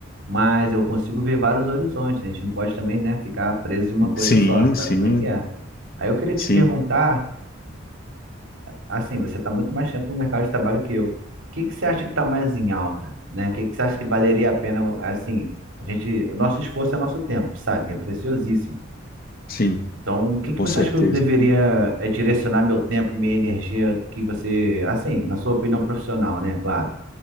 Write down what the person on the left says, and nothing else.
Sim,
sim,
sim,
sim,
com
certeza.